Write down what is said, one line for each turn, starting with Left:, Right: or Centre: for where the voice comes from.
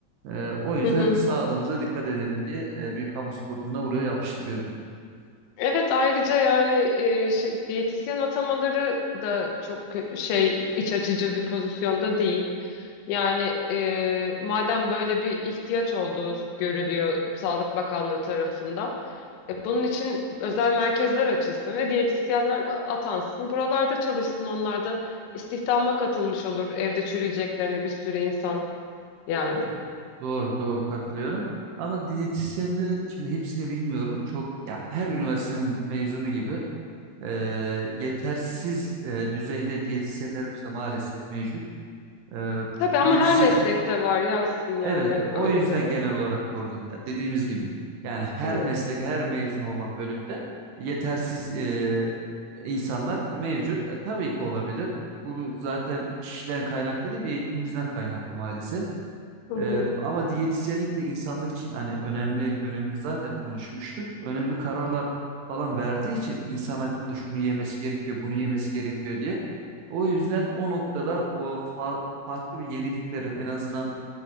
Right: E, o yüzden
Left: Hı hı.
Right: sağlığımıza dikkat edelim diye e, bir kamu spotunda buraya yapıştırıyorum.
Left: Evet ayrıca yani e, şey- diyetisyen atamaları da çok kö- şey iç açıcı bir pozisyonda değil. Yani e, madem böyle bir ihtiyaç olduğu görülüyor Sağlık Bakanlığı tarafından. e, bunun için özel merkezler açılsın ve diyetisyenler a- atansın. Buralarda çalışsın onlar da istihdama katılmış olur evde çürüyeceklerine bir sürü insan yani.
Right: Do- Doğru doğru katılıyorum. Ama diyetisyenlerin şimdi hepsini bilmiyorum. Çok ya her üniversitenin mezunu gibi e, yetersiz e, düzeyde diyetisyenlerimiz de maalesef mevcut. E,
Left: Tabii ama
Right: diyetisyen
Left: her meslekte var Yasin
Right: Evet,
Left: yani
Right: o
Left: öyle
Right: yüzden
Left: de.
Right: genel olarak vurdum. Ya Dediğimiz gibi yani her
Left: Evet.
Right: meslekte, her mezun olan bölümde yetersiz e, insanlar mevcut. E, tabii ki olabilir. Bu zaten kişiden kaynaklı değil, eğitimimizden kaynaklı maalesef.
Left: Hı hı.
Right: E, ama diyetisyenlik de insanlık için hani önemli, önemini zaten konuşmuştuk. Önemli kararlar falan verdiği için insan hakkında şunu yemesi gerekiyor, bunu yemesi gerekiyor diye. O yüzden o noktada o fa- farklı bir yeniliklerin en azından